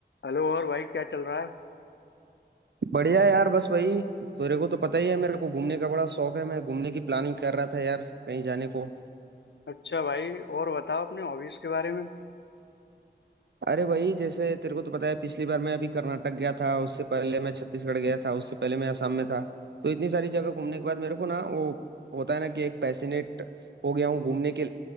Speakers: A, on the left; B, on the right.
A: Hello और भाई क्या चल रहा है
B: बढ़िया यार बस वही तेरे को तो पता ही है मेरे को घूमने का बड़ा शौक है मैं घूमने की प्लानिंग कर रहा था यार कहीं जाने को
A: अच्छा भाई और बताओ अपने हॉबीज के बारे में
B: अरे वही जैसे तेरे को तो पता है पिछली बार मैं अभी कर्नाटक गया था उससे पहले मैं छत्तीसगढ़ गया था उससे पहले मैं असम में था तो इतनी सारी जगह घूमने के बाद मेरे को ना वो होता है ना कि एक पैसिनेट हो गया हूँ घूमने के